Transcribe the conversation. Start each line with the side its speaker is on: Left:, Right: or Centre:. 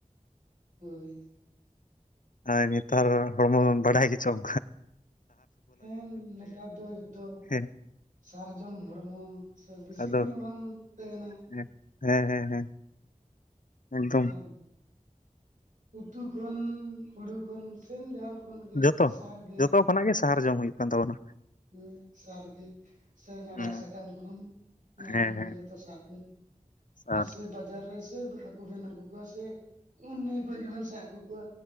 Right: ᱦᱳᱭ᱾
Left: ᱟᱨ ᱱᱮᱛᱟᱨ ᱦᱚᱲᱢᱚ ᱵᱟᱲᱟᱭ ᱜᱮ ᱪᱚᱢ᱾
Right: ᱦᱮᱸ ᱱᱮᱛᱟᱨ ᱫᱚ ᱦᱚᱭᱛᱚ
Left: ᱦᱮᱸ
Right: ᱥᱟᱨᱡᱚᱢ ᱦᱚᱲᱢᱚ ᱥᱮ ᱵᱮᱥᱤ
Left: ᱟᱫᱚ
Right: ᱫᱤᱱ ᱦᱚᱸ ᱵᱟᱝ ᱛᱟᱦᱮᱱᱟ᱾
Left: ᱦᱮᱸ ᱦᱮᱸ ᱦᱮᱸ ᱦᱮᱸ᱾ ᱮᱠᱫᱚᱢ
Right: ᱟᱨ ᱩᱛᱩ ᱠᱷᱚᱱ, ᱦᱩᱲᱩ ᱠᱷᱚᱱ ᱥᱮᱢ ᱡᱟᱦᱟᱱ ᱠᱷᱚᱱ ᱜᱮ
Left: ᱡᱷᱚᱛᱚ
Right: ᱥᱟᱨᱜᱮ
Left: ᱡᱷᱚᱛᱚ ᱠᱷᱚᱱᱟᱜ ᱜᱮ ᱥᱟᱦᱟᱨ ᱡᱚᱢ ᱦᱩᱭᱩᱜ ᱠᱟᱱ ᱛᱟᱵᱚᱱᱟ᱾
Right: ᱦᱳᱭ ᱥᱟᱨ ᱜᱮ᱾ ᱥᱮᱧ ᱱᱟᱲᱟᱜ
Left: ᱦᱩᱸ
Right: ᱥᱟᱠᱟᱢ ᱠᱷᱚᱱ ᱚᱱᱟ
Left: ᱦᱮᱸ
Right: ᱠᱷᱚᱱ ᱚᱱᱟ ᱠᱷᱚᱱ
Left: ᱦᱮᱸ
Right: ᱠᱚ ᱡᱷᱚᱛᱚ ᱥᱟᱨ ᱜᱮ,
Left: ᱥᱟᱨ
Right: ᱟ ᱥᱮ ᱵᱟᱡ ᱵᱟᱡᱟᱨ ᱨᱮ ᱥᱮ ᱦᱟᱠᱩ ᱵᱮᱱ ᱟᱹᱜᱩ ᱠᱚᱣᱟ ᱥᱮ ᱩ ᱱᱟᱹᱭ ᱠᱠᱷᱚᱡ ᱜᱮᱵᱮᱱ ᱥᱟᱵ ᱟᱜᱩ ᱠᱚᱣᱟ᱾